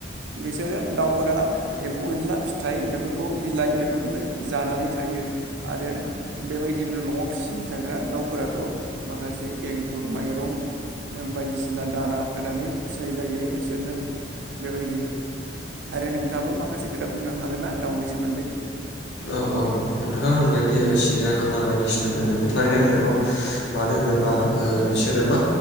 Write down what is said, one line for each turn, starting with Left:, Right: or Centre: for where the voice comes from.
Right: बिसोरो दाउफोरा एम्फौ एनला फिथाइ बेफोरखौ बिलाइ बेफोरखौनो जानानै थायो। आरो। बेबायदिनो न'आव फिसिजाग्रा दाउफोराथ' माखासे एंखुर माइरं बायदिसिना दाना होनानै फिसिनाय जायो। बिसोरनो बेबायदि आरो नोंथाङाबो माखासे खोथा बुंनो हागोन ना दाउनि सोमोन्दै?
Left: औ औ नोंथाङा होनबायदि सिरिाया खाना बायदिसिना दोनो बे थारैनो नोंगौ मानो होनोबा बिसोरो मा